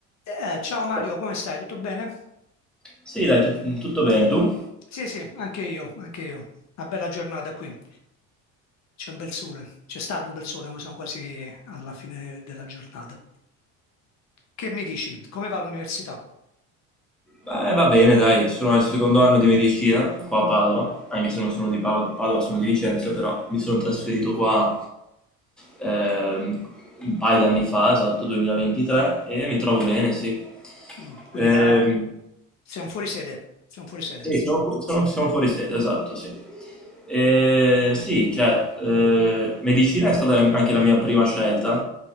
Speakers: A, on the left (about 45°); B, in the centre.
A: Eh, ciao Mario,
B: Ciao.
A: come stai? Tutto bene?
B: Sì, dai, tut- tutto bene, tu?
A: Sì, sì, anche io, anche io. Una bella giornata qui. C'è un bel sole. C'è stato un bel sole, ma siamo quasi alla fine della giornata. Che mi dici? Come va l'università?
B: Beh, va bene, dai, sono al secondo anno di medicina qua a Padova, anche se non sono di Pav- Padova, sono di Vicenza, però mi sono trasferito qua ehm, un paio d'anni fa, esatto, 2023, e mi trovo bene, sì.
A: Mm, quindi
B: Ehm,
A: la... siamo fuori sede. Siamo fuori sede.
B: Sì, sono, fu- sono- sono fuori sede, esatto, sì. Eh, sì, cioè, eh, medicina è stata la- anche la mia prima scelta,